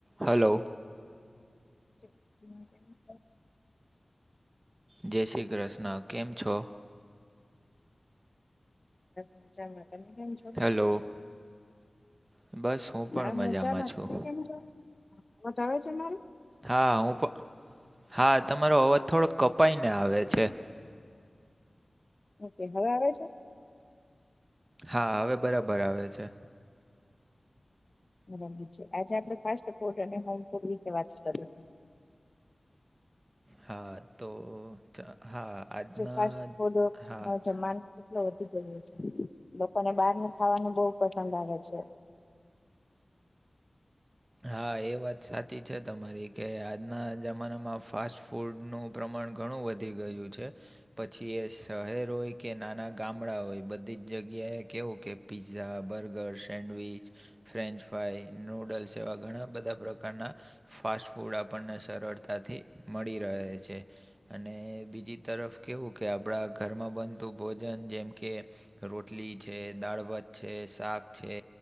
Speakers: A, on the right; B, on the left.
A: Hello
B: <inaudible>
A: જય શ્રી કૃષ્ણ કેમ છો?
B: મજામાં તમે કેમ છો?
A: હેલો બસ હું પણ
B: હા મજામાં
A: છું
B: તમે કેમ છો અવાજ આવે છે મારું?
A: હા હું પણ હા તમારો અવાજ થોડો કપાઈને આવે છે.
B: ઓકે હવે આવે છે?
A: હા હવે બરાબર આવે છે.
B: બરાબર છે આજે આપણે ફાસ્ટ ફૂડ અને હોમ ફૂડ વિશે વાત કરીએ.
A: હા તો ચ- હા આજના
B: જે ફાસ્ટ ફૂડ
A: હા
B: જમાનો <unintelligible> એટ વધી ગયું છે લોકોને બહાર ને ખાવાનું બહુ પસંદ આવે છે.
A: હા એ વાત સાચી છે તમારી કે આજના જમાનામાં ફાસ્ટ ફૂડનું પ્રમાણ ઘણું વધી ગયું છે. પછી એ શહેર હોય કે નાના ગામડા હોય બધી જ જગ્યાએ કેવું કે pizza burger sandwich french fry noodles તેવા ઘણા બધા પ્રકારના ફાસ્ટ ફૂડ આપણને સરળતાથી મળી રહે છે. અને બીજી તરફ કેવું કે આપણા ઘરમાં બનતું ભોજન જેમ કે રોટલી છે દાળભાત છે શાક છે.